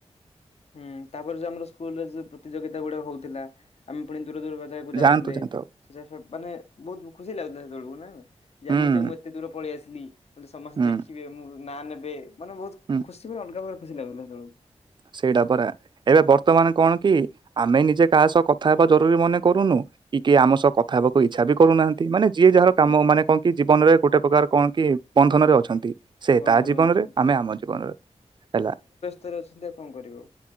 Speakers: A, on the left; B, on the right.
A: ହୁଁ ତାପରେ ଯୋଉ ଆମର ସ୍କୁଲ ରେ ଯଉ ପ୍ରତିଯୋଗିତା ଗୁଡା ହଉଥିଲା ଆମେ ପୁଣି ଦୂର ଦୂର ବା ଜାଗାକୁ ଯାଉଥିଲେ
B: ଯାଆନ୍ତୁ ଯାଆନ୍ତୁ
A: <unintelligible>
B: ଆଉ
A: ମାନେ ବହୁତ ଖୁସି ଲାଗୁଥିଲା ସେତେବେଳକୁ ନା ନାଇଁ
B: ହୁଁ
A: ଯେ ମୁଁ ଯେ ମୁଁ ଏତେ ଦୂର ପଳେଇ ଆସିଲି ସମସ୍ତେ
B: ହୁଁ
A: ଦେଖିବେ ମୋ ନାଁ ନେବେ। ମାନେ ବହୁତ
B: ହୁଁ
A: ଖୁସିବି ଅଲଗା ପ୍ରକାରେ ଖୁସି ଲାଗୁଥିଲା ହେତେବେଳକୁ।
B: ସେଇଟା ପରା ଏବେ ବର୍ତ୍ତମାନ କଣ କି ଆମେ ନିଜେ କାହା ସହ କଥା ହେବା ଜରୁରୀ ମନେ କରୁନୁ। କି କିଏ ଆମ ସହ କଥା ହେବାକୁ ଇଚ୍ଛା ବି କରୁନାହାନ୍ତି ମାନେ ଯିଏ ଯାହାର କାମ ମାନେ କଣ କି ଜୀବନରେ ଗୋଟେ ପ୍ରକାର କଣ କି ବଦ୍ଧନରେ ଅଛନ୍ତି ସେ
A: ବନ୍ଧୁର
B: ତା ଜୀବନରେ
A: ଅଛନ୍ତି।
B: ଆମେ ଆମ ଜୀବନରେ ହେଲା।
A: ତାର ଅସୁବିଧା କଣ କଣ କରିବ।